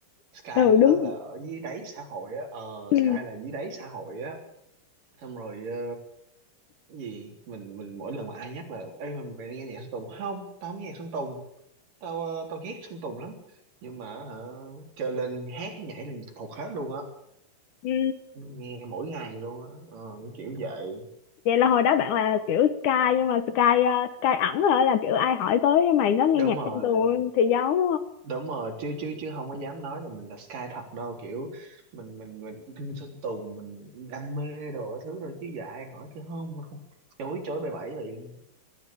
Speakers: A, on the right (about 65°); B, on the left (about 65°).
A: Sky
B: ừ
A: hồi đó
B: đúng
A: là ở dưới đáy xã hội á ờ
B: ừ.
A: Sky là dưới đáy xã hội á xong rồi ờ, cái gì mình mình mỗi lần mà ai nhắc là ê mày, mày đi nghe nhạc Sơn Tùng không tao không nghe nhạc Sơn Tùng tao ờ, tao ghét Sơn Tùng lắm nhưng mà hả chơi lên hát nhảy là thuộc hết luôn á
B: Ừ.
A: nghe mỗi ngày luôn á ờ, cái kiểu vậy
B: vậy là hồi đó bạn là kiểu Sky nhưng mà Sky ờ, Sky ẩn hả là kiểu ai hỏi tới mày nó nghe
A: đúng
B: nhạc
A: rồi
B: trong tuồng thì giấu
A: đúng rồi chứ chứ chứ không có dám nói là mình là Sky thật đâu kiểu mình mình mình thương Sơn Tùng mình đam mê đồ cái thứ rồi chứ dạy hỏi chứ không không chối chối bày bẫy liền